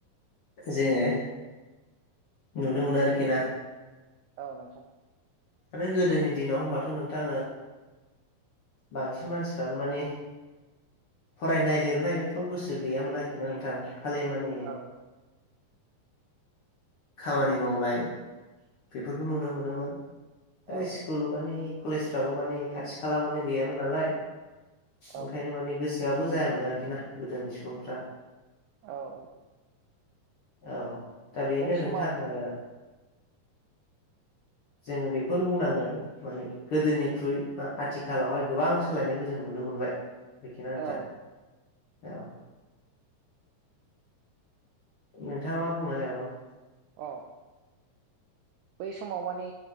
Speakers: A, on the left; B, on the right.
A: जोङो नुनो मोनो आरोखि ना।
B: औ नोंथां।
A: आरो गोदोनि दिनाव होमबाथ' नोंथां बांसिन मानसिफ्रानो माने फरायनाय लिरनाय बेफोराव गोसो गैयामोन आरोखि ना नोंथां खालि माने
B: औ
A: खामानि मावनाय बेफोरखौ नुनो मोनोमोन
B: औ
A: स्कुल माने कलेजफ्राबो माने खाथि खाला माने गैयामोन नालाय।
B: औ
A: ओंखायनो माने गोसोआबो जायामोन आरोखि ना गोदोनि सुबुंफ्रा।
B: औ औ।
A: औ दा बेनो
B: बै समाव
A: नोंथां ओ जोङो बेखौल' बुंनांगोन माने गोदोनिख्रुइ बा आथिखालावहाय गोबां सोलायनायखौ जों नु नो मोनबाय। बेखिना
B: औ
A: नोंथां औ। नोंथाङा मा बुंनो नागिरामोन?
B: अ बै समाव माने